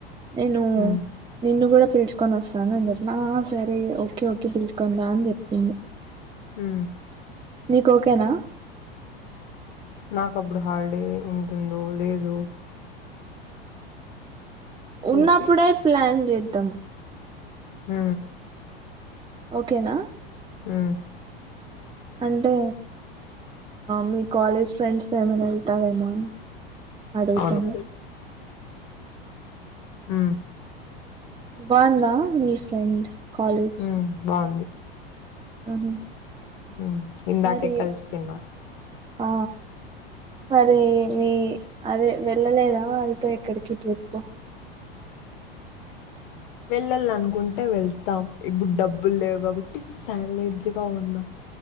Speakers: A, on the right; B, on the left.
A: నేను
B: మ్మ్
A: నిన్ను కూడ పిలుచుకొని వస్తాను అని చెప్పిన ఆ సరే ఓకే ఓకే పిలుచుకోని రా అని చెప్పింది
B: హు
A: నీకు ఒకే న
B: నాకు అప్పుడు హాలిడే ఉంటుందో లేదో
A: ఉన్నప్పుడే
B: చూసి
A: ప్లాన్ చేద్దాం
B: హు
A: ఒకే నా
B: ఆ
A: అంటే మీ కాలేజ్ ఫ్రెండ్స్ ఏమైనా వెళ్తావేమో అని అడుగుతాను
B: అవును ఉ
A: బాగుందా మీ ఫ్రెండ్ కాలేజ్
B: ఉ బాగుంది
A: ఉహు
B: హు ఇందాకే
A: మరి
B: కల్సి తిన్న
A: ఆ మరి మీ అదే వెళ్ళలేదా వాళ్ళతో ఎక్కడికి ట్రిప్పు
B: వెళ్ళాల అనుకుంటే వెళ్తాం ఇప్పుడు డబ్బులు లేవు కాబట్టి సైలెంట్ గా ఉన్న